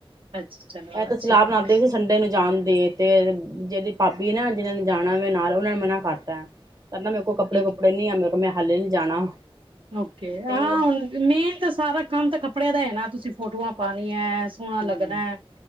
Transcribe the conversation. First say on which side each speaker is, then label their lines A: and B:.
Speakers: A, on the right; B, on the right.
A: ਅੱਛਾ ਚਲੋ
B: ਐ ਤਾਂ
A: ਅੱਛੀ
B: ਸਲਾਹ
A: ਬਾਤ
B: ਬਣਾਂਦੇ
A: ਹੈ
B: ਪੇ ਸੀ ਸੰਡੇ ਨੂੰ ਜਾਣ ਦੀ ਤੇ ਜੇੜੀ ਭਾਬੀ ਏ ਨਾ ਜਿਨਾਂ ਨੇ ਜਾਣਾ ਵੇ ਨਾਲ ਔਨਾਂ ਨੇ ਮਨਾ ਕਰਤਾ। ਕੈੰਦਾ ਮੇਰੇ ਕੋਲ ਕੱਪੜੇ
A: ਠੀਕ
B: ਕੁਪੜੇ
A: ਹੈ
B: ਨੀ ਐ ਮੇਰੇ ਮੈਂ ਹਾਲੇ ਨੀ ਜਾਣਾ।
A: ਓਕੇ, ਹਾਂ
B: ਤੇ
A: ਹੁਣ ਮੇਨ ਤੇ ਸਾਰਾ ਕੰਮ ਤੇ ਕਪ ਕੱਪੜਿਆਂ ਦਾ ਹੈ ਨਾ ਤੁਸੀਂ ਫੋਟੋਆਂ ਪਾਣੀਆਂ ਸੋਹਣਾ ਲੱਗਦਾ
B: ਹੂੰ,
A: ਹੈ